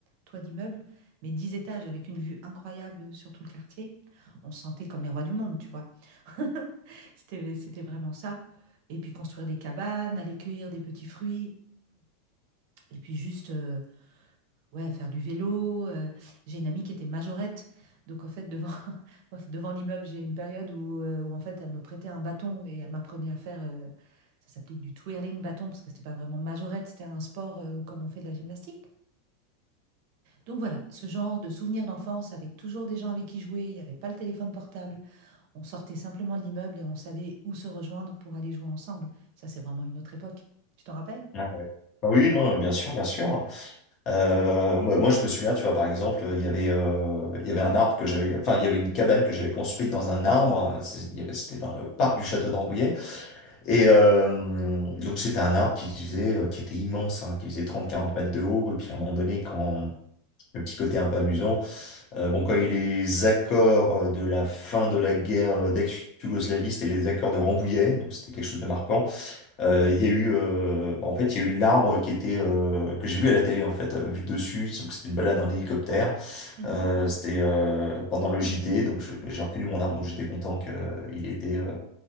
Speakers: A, on the right; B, on the left.
A: toit d'immeuble, mais dix étages avec une vue incroyable sur tout le quartier. On se sentait comme les rois du monde, tu vois. <laughs> C'était, c'était vraiment ça. Et puis construire des cabanes, aller cueillir des petits fruits, et puis juste euh, ouais, faire du vélo. euh. j'ai une amie qui était majorette. Donc en fait, devant, <laughs> bref, devant l'immeuble, j'ai une période où, euh, où en fait, elle me prêtait un bâton et elle m'apprenait à faire, euh, ça s'appelait du twirling bâton, parce que c'était pas vraiment majorette, c'était un sport euh, comme on fait de la gymnastique. Donc voilà, ce genre de souvenirs d'enfance avec toujours des gens avec qui jouer, il n'y avait pas le téléphone portable, On sortait simplement de l'immeuble et on savait où se rejoindre pour aller jouer ensemble. Ça, c'est vraiment une autre époque. Tu t'en rappelles?
B: Ah, bah Oui, non, bien sûr, bien sûr. Euh, moi, moi, je me souviens, tu vois, par exemple, il y avait, euh, il y avait un arbre que j'avais, enfin, il y avait une cabane que j'avais construite dans un arbre. C'est- il y avait- C'était dans le parc du château d'Ambouillet. Et euh, donc, c'était un arbre qui faisait, euh, qui était immense, hein, qui faisait 30 quarante mètres de haut. Et puis, à un moment donné, quand le petit côté un peu amusant, Euh, bon, quand il y a eu les accords euh, de la fin de la guerre d'ex-Yougoslavie, c'était les accords de Rambouillet, donc c'était quelque chose de marquant. Euh, il y a eu, euh, en fait, il y a eu l'arbre qui était euh, que j'ai vu à la télé en fait, euh, vu de dessus. Donc c'était une balade en hélicoptère.
A: Mhm.
B: Euh, c'était euh, pendant le JT, donc je- j'ai reconnu mon arbre, donc j'étais content que euh, il était euh,